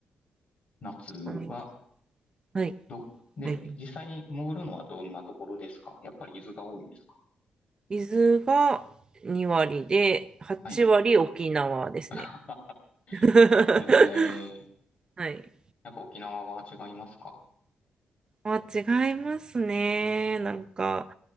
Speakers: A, on the left; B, on the right.
A: 夏は、
B: あの、はい。
A: ど、で、
B: ダイビング
A: 実際に潜るのはどんなところですかやっぱり伊豆が多いんですか
B: 水が2割で、8割沖縄ですね。
A: はい。<laughs>
B: <laughs>
A: ええ
B: はい。
A: やっぱ沖縄は違いますか
B: あ、違いますね。なんか、